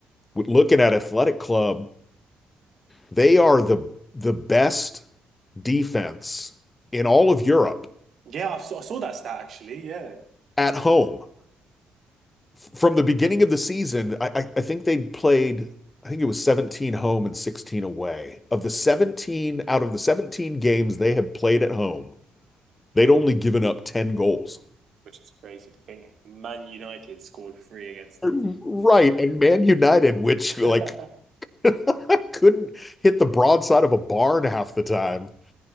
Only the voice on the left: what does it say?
with looking at Athletic Club, they are the the best. defense in all of Europe
at home from the beginning of the season. I, I, think they played, I think it was 17 home and 16 away. Of the 17, out of the 17 games they had played at home, they'd only given up 10 goals.
Right. And Man United, which
like <laughs> couldn't hit the broadside of a barn half the time